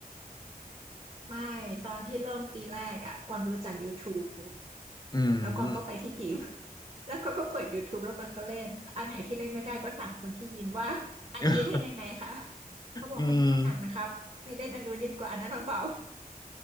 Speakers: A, on the right; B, on the left.
A: ไม่ตอนที่เริ่มปีแรกอะกวางรู้จัก YouTube
B: อืม
A: แล้วกวางก็ไปที่ยิม <laughs> แล้วก็ก็เปิด YouTube แล้วกวางก็เล่นอันไหนที่เล่นไม่ได้ก็ถามคนที่ยิมว่าอันนี้เล่นยังไงคะ
B: <laughs>
A: เขาบอกอันนี้มันหนักนะครับไปเล่นอันนู้นดีกว่าอันนั้นมันเบา
B: อืม